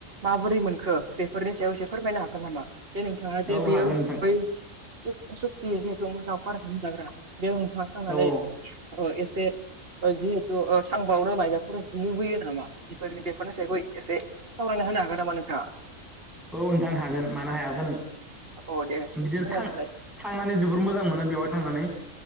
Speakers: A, on the right; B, in the centre.
A: माबोरै मोनखो बेफोरनि सायाव एसे फोरमायनो हागोन नामा? जे नोंथाङा जे
B: औ
A: बेयो
B: हागोन नोंथां
A: बै सुक सुकि जिहेतु लावखार ओंखाम जाग्रा बेयाव नोंथाङा थांनानै
B: औ औ
A: ओ एसे जिहेतु ओ थांबावनो माइबाफोर लुबैयो नामा बेफोर बेफोरनि सायाव एसे सावरायनो ह फायनो हागोन नामा नोंथाङा?
B: औ नोंथां हागोन मानो हाया जानो।
A: औ दे
B: बिदिनो
A: एसे फोरमायना
B: थां
A: होलाय
B: थांनानै जोबोर मोजां मोनो बेवहाय थांनानै।